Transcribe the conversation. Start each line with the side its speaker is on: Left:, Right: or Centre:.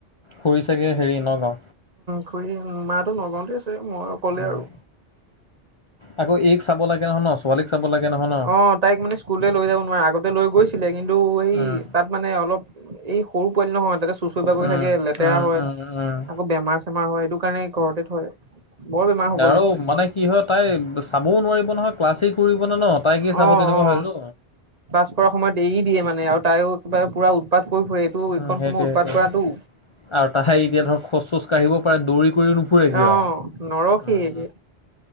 Left: খুৰি চাগে হেৰি নগাঁও?
Right: খুুৰী মাটো নগাঁওতে আছে মই অক'লে
Left: উম
Right: আৰু।
Left: আকৌ এই চাব লাগে নহয় ন ছোৱালীক চাব লাগে নহয় ন
Right: অ তাইক মানে স্কুললে লৈ যাব নোৱাৰে। আগতে লৈ গৈছিলে কিন্তু সেই
Left: উম
Right: তাত মানে অলপ এই সৰু পোৱালি নহয় তাতে চুচৰি বাগৰি
Left: উম
Right: থাকে লেতেৰা
Left: উম
Right: হয়
Left: উম উম
Right: আকৌ বেমাৰ চেমাৰ হয়। সেইটো কাৰণে ঘৰতে থয়। বৰ বেমাৰ হ'ব
Left: আৰু
Right: লৈছিলে
Left: মানে কি হয়, তাই চাবও নোৱাৰিব নহয়। ক্লাছেই কৰিব নে ন তাই কি চাব
Right: অ
Left: তেনেকুৱা
Right: অ
Left: হয়তো
Right: পাছ পৰা সম ক পুৰা উৎপাত কৰি ফুৰে এইটো
Left: উম সেইটোৱে সেইটোৱে আৰু তাহে এতিয়া ধৰক খোজ চোজ কাঢ়িব পাৰে দৌৰি কৰিও নুফুৰে কিয়
Right: অ
Left: আৰু
Right: নৰখি একে।